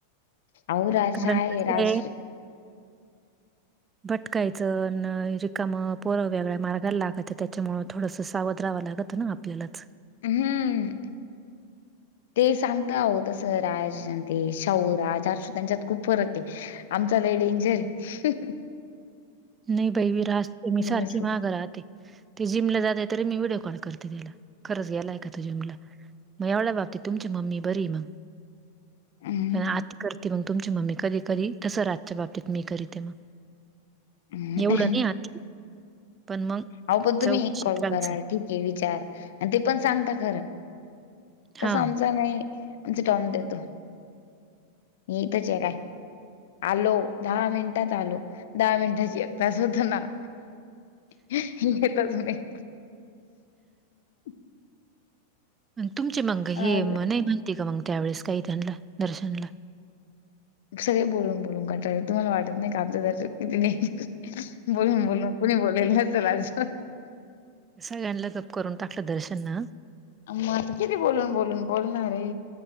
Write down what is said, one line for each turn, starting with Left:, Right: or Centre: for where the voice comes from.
Left: आओ राज
Right: कारण
Left: आहे
Right: कसं
Left: राज.
Right: भटकायचं न रिकाम पोरं वेगळ्या मार्गायला लागत त्याच्यामुळं थोडंसं सावध रावं लागतं ना आप पेलाच.
Left: अ हम्म.
Right: <inaudible>
Left: ते सांगता आहो तसं राज अनं ते शाहूरा हर्ष त्यांच्यात खूप फरक आहे. आमचा लय डेंजर आये.
Right: नई बई रास् मी सारखी
Left: बस
Right: मांग राहते. ते जिमला जाते तरी मी व्हिडिओ कॉल करते त्याला खरंच गेलाय का तो जिमला. म एवढ्याबाबती तुमची मम्मी बरीय मग
Left: हम्
Right: पण आती करती मग तुमची मम्मी कधी कधी तसं राजच्या बाबतीत मी करीते मं
Left: हम्म
Right: एवढं नाही आती पण मग
Left: आ वो पण तुम्ही
Right: चौकशीत
Left: एक कॉल
Right: राहायचं.
Left: कराल. ठीक आहे विचार आणि ते पण सांगता खरं
Right: हां.
Left: तस आमचा नाही. <unintelligible> च टॉम देतो मी इथचंय काय आलो दहा मिनिटात आलो दहा मिनिटाची एक तास होतो ना येतच नाही. <inaudible>
Right: तुमचे मग हे
Left: आज
Right: नाही म्हनते का मग त्यावेेळेस काही त्यांना दर्शनला
Left: सगळे बोलून बोलून कटांळले तुम्हाला वाटत नाहीका आमचं दर्शन किती <unintelligible> नाही बोलून बोलून कुणी बोलेल तर चलज <unintelligible>
Right: सगळ्यांना गप करून टाकलं दर्शन आ
Left: मं आता किती बोलून बोलून बोलणारे.